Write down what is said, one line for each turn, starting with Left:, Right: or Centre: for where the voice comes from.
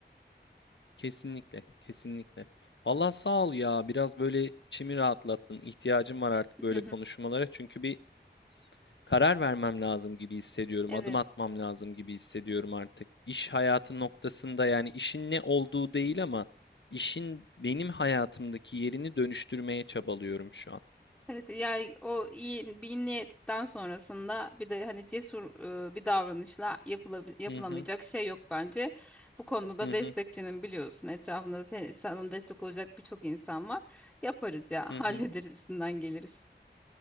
Left: Kesinlikle, kesinlikle. Allah sağ ol ya. Biraz böyle içimi rahatlattın. İhtiyacım var artık
Centre: <laughs>
Left: böyle konuşmalara. Çünkü bir karar vermem lazım gibi hissediyorum.
Centre: Evet.
Left: Adım atmam lazım gibi hissediyorum artık. İş hayatı noktasında yani işin ne olduğu değil ama işin benim hayatımdaki yerini dönüştürmeye çabalıyorum şu an.
Centre: Evet yani o iyi bir niyetten sonrasında bir de hani cesur e, bir davranışla yapılabil- yapılamayacak
Left: Hı hı,
Centre: şey yok bence. Bu konuda da
Left: hı
Centre: destekçinin
Left: hı,
Centre: biliyorsun etrafında da te- sana destek olacak birçok insan var. Yaparız ya
Left: hı
Centre: <laughs> hallederiz
Left: hı.
Centre: üstünden geliriz.